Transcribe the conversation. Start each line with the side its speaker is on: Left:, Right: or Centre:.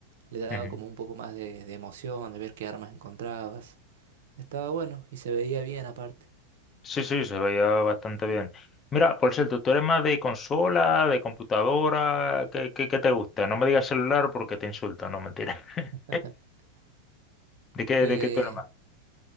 Right: le daba
Left: Ujú.
Right: como un poco más de, de emoción, de ver qué armas encontrabas. Estaba bueno y se veía bien aparte.
Left: Sí, sí, se veía bastante bien. Mira, por cierto, ¿tú eres más de consola, de computadora? ¿Qué, qué, qué te gusta? No me digas celular porque te insultan, no, mentira. <laughs>
Right: <laughs>
Left: ¿De qué,
Right: Eh,
Left: de qué tú eres más?